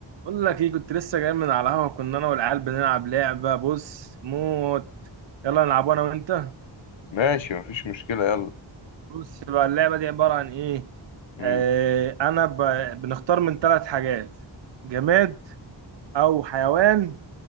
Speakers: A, on the right (about 70°); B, on the left (about 80°).
A: بقول لك ايه كنت لسه جاي من على القهوه كنا انا والعيال بنلعب لعبه بص موت يلا نلعب انا وانت
B: ماشي مفيش مشكلة يلا
A: بص بقى اللعبه دي عباره عن ايه
B: امم
A: آه انا ب... بنختار من ثلاث حاجات جماد او حيوان